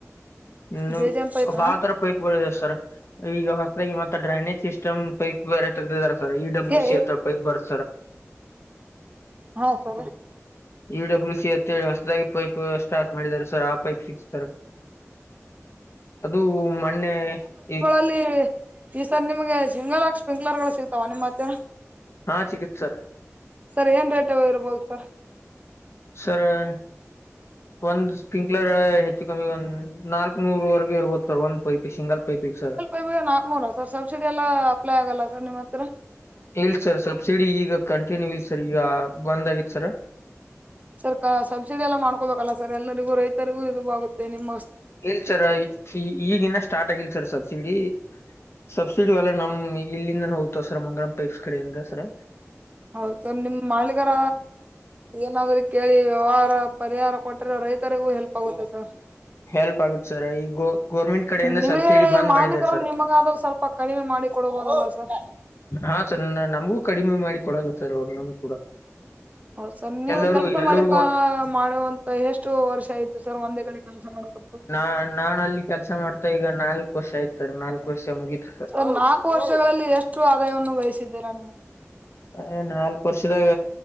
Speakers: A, on the left; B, on the right.
A: ಹ್ಮ
B: ಜೆ ಜೆ ಎಂ ಪೈಪ್
A: ಬಾಳತರ ಪೈಪಗಳು ಇವೇ ಸರ್ ಈಗ ಹೊಸದಾಗಿ ಮತ್ತ ಡ್ರೈನೇಜ್ ಸಿಸ್ಟಮ್ ಪೈಪ್ ಬೇರೆ ತಗ್ದಿದಾರ ಸರ್ ಈ ಬ್ಲ್ಯ
B: ಏ
A: ಸಿ ಹತ್ರ ಪೈಪ್ ಬರ್ತ
B: ಹಾ ಸರಿ.
A: ಇ ಡಬ್ಲ್ಯೂ ಸಿ ಅಂತ ಹೇಳಿ ಹೊಸದಾಗಿ ಪೈಪ್ ಸ್ಟಾರ್ಟ್ ಮಾಡಿದ್ದಾರ ಸರ್ ಆ ಪೈಪ್ ಸಿಗಸ್ತಾರ ಅದು ಮನ್ನೆ ಈ
B: ಇಲ್ಲಿ ಈ ಸರ್ ನಿಮ್ಗೆ ಸಿಂಗಲ್ ಆಗಿ ಸ್ಪ್ರಿಂಕ್ಲರ್ ಗಳು ಸಿಗ್ತಾವ ನಿಮ್ ಮತ್ತ -
A: ಹಾ ಸಿಗತ್ತ ಸರ್.
B: ಸರಿ ಏನ್ ರೇಟ್ ಇರ್ಬೋದು ಅದಕ್ಕ?
A: ಸರ- ಒಂದ್ ಸ್ಪಿಂಕ್ಲರ್ ಹೆಚ್ಚು ಕಮ್ಮಿ ಒಂದ್ ನಾಲ್ಕ್ ನೂರ್ ವರೆಗೆ ಇರ್ಬೋದು ಸರ್ ಒಂದ್ ಪೈಪ್. ಸಿಂಗಲ್ ಪೈಪೆಗೆ ಸರ್
B: ಈವಾಗ ನಾಕ್ನೂರ ಸರ್ ಸಬ್ಸಿಡಿ ಎಲ್ಲ ಅಪ್ಲೈ ಆಗಲ್ಲ ಸರ್ ನಿಮ್ಮ ಹತ್ರ
A: ಇಲ್ ಸರ್ ಸಬ್ಸಿಡಿ ಈಗ ಕಂಟಿನ್ಯೂ ಇಲ್ ಸರ್ ಈಗ ಬಂದ್ ಆಗಿತ್ತು ಸರ.
B: ಸರ್ ಕ ಸಬ್ಸಿಡಿ ಎಲ್ಲಾ ಮಾಡ್ಕೊಬೇಕಲ್ಲ ಸರ್ ಎಲ್ಲರಿಗೂ ರೈತರಿಗೂ ಇದು ಆಗುತ್ತೆ ನಿಮ್
A: ಇಲ್ ಸರ್ ಈಗಿನ್ನ ಸ್ಟಾರ್ಟ್ ಆಗಿಲ್ ಸರ್ ಸಬ್ಸಿಡಿ. ಸಬ್ಸಿಡಿ ಎಲ್ಲಾ ನಮ್ ಇಲ್ಲಿಂದ ಹೋಗ್ತವ ಸರ ಮಂಗಳ್ ಪೈಪ್ಸ್ ಕಡೆಯಿಂದ ಸರ -
B: ಹೌದು ನಿಮ್ಮ ಮಾಲೀಗರ ಏನಾದ್ರು ಕೇಳಿ ವ್ಯವಹಾರ ಪರಿಹಾರ ಕೊಟ್ರೆ ರೈತರಿಗೂ ಹೆಲ್ಪ್ ಆಗುತ್ತೆ ಸರ್.
A: ಹೆಲ್ಪ್ ಆಗುತ್ತೆ ಸರ್ ಈಗ ಗೋರ್ಮೆಂಟ್ ಕಡೆಯಿಂದ
B: ನಿಮಗೆ
A: ಸಬ್ಸಿಡಿ ಬಂದ್
B: ಮಾಲೀಕರು
A: ಮಾಡಿದ್ದಾರೆ ಸರ್
B: ನಿಮಗ ಆದ್ರ ಸ್ವಲ್ಪ ಕಡಿಮೆ ಮಾಡಿ ಕೊಡಬೋದಲ್ಲ ಸರ್.
A: ಹಾ ಸರ್ ನಮಗೂ ಕಡಿಮೆ ಮಾಡಿ ಕೊಡಲ್ಲ ಸರ್ ಅವ್ರು ನಮ್ ಕೂಡ.
B: ಹೌದ್ಸ ನೀವು
A: ಎಲ್ಲರಿಗೂ
B: ಕೆಲಸ
A: ಎಲ್ಲರಿಗೂ
B: ಮಾಡ್ಳಿಕ ಮಾಡುವಂತ ಅ ಎಷ್ಟು ವರ್ಷ ಆಯ್ತು ಸರ್ ಒಂದೇ ಕಡೆ ಕೆಲಸ ಮಾಡಕತ್ತು.
A: ನಾ ನಾನಲ್ಲಿ ಕೆಲ್ಸ ಮಾಡ್ತಾ ಈಗ ನಾಲ್ಕ ವರ್ಷ ಆಯ್ತ್ ಸರ್ ನಾಲ್ಕು ವರ್ಷ ಮುಗೀತ.
B: ಸರ್ ನಾಲ್ಕು ವರ್ಷಗಳಲ್ಲಿ ಎಷ್ಟರು ಆದಾಯವನ್ನು ಗಳಿಸಿದ್ದೀರಾ ನೀವು.
A: ಅ ನಾಲ್ಕು ವರ್ಷದಾಗ